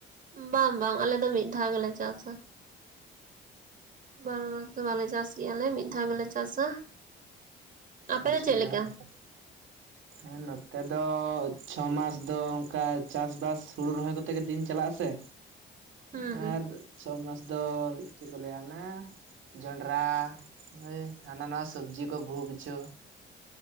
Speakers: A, on the right; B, on the right.
A: ᱵᱟᱝ-ᱵᱟᱝ ᱟᱞᱮ ᱫᱚ ᱢᱤᱫ ᱫᱷᱟᱣ ᱜᱮᱞᱮ ᱪᱟᱥᱟ᱾ ᱵᱟᱨᱚ ᱢᱟᱥ ᱫᱚ ᱵᱟᱞᱮ ᱪᱟᱥ ᱜᱮᱭᱟ ᱟᱞᱮ ᱢᱤᱫ ᱫᱷᱟᱣ ᱜᱮᱞᱮ ᱪᱟᱥᱟ᱾ ᱟᱯᱮ
B: ᱢᱤᱫ
A: ᱫᱚ
B: ᱪᱷᱚᱴ
A: ᱪᱮᱫ ᱞᱮᱠᱟ
B: ᱜᱮ ᱵᱟᱝ ᱥᱮ? ᱦᱮᱸ ᱱᱚᱛᱮ ᱫᱚ ᱪᱷᱚ ᱢᱟᱥ ᱫᱚ ᱚᱱᱠᱟ ᱪᱟᱥᱵᱟᱥ ᱦᱩᱲᱩ ᱨᱚᱦᱚᱭ ᱠᱚᱛᱮ ᱜᱮ ᱫᱤᱱ ᱪᱟᱞᱟᱜ ᱟᱥᱮ,
A: <inaudible> ᱦᱩᱸ
B: ᱟᱨ ᱪᱷᱚ ᱢᱟᱥ ᱫᱚ ᱪᱮᱫ ᱠᱚ ᱞᱟᱹᱭᱟ ᱚᱱᱟ ᱡᱚᱸᱱᱰᱨᱟᱼᱼ ᱦᱳᱭ ᱦᱟᱱᱟ ᱱᱟᱣᱟ ᱥᱚᱵᱡᱤ ᱠᱚ ᱵᱚᱦᱩ ᱠᱤᱪᱷᱩᱼᱼ